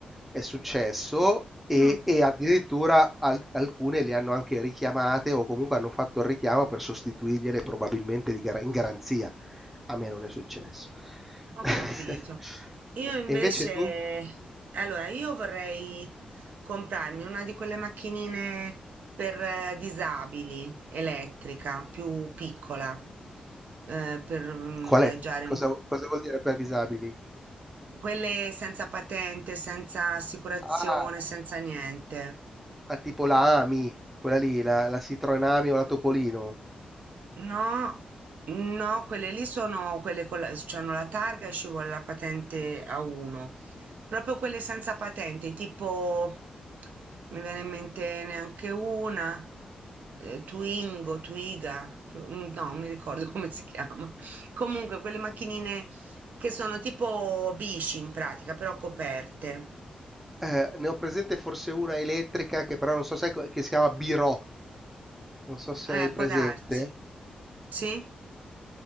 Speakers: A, in the centre; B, on the right.
A: è successo e,
B: Mm,
A: e addirittura al- alcune le hanno anche richiamate o comunque hanno fatto il richiamo per sostituirgliele probabilmente di gar- in garanzia. A me non è successo.
B: ho
A: <laughs>
B: capito. Io invece,
A: E invece tu?
B: allora, io vorrei comprarmi una di quelle macchinine per eh, disabili, elettrica, più piccola, eh, per mm,
A: Qual
B: viaggiare.
A: è? Cosa, cosa vuol dire per disabili?
B: Quelle senza patente, senza assicurazione,
A: Ah, la-
B: senza niente.
A: ah, tipo la AMI, quella lì, la, la Citroen AMI o la Topolino.
B: No, no, quelle lì sono quelle con la, c'hanno la targa e ci vuole la patente A1. Proprio quelle senza patente, tipo, mi viene in mente neanche una, eh, Twingo, Twiga, tu- mm, no, non mi ricordo <laughs> come si chiama. Comunque, quelle macchinine che sono tipo bici in pratica, però coperte.
A: Eh, ne ho presente forse una elettrica che però non so se è co- che si chiama Biro, non so se
B: Eh,
A: l'hai presente.
B: può darsi. Sì?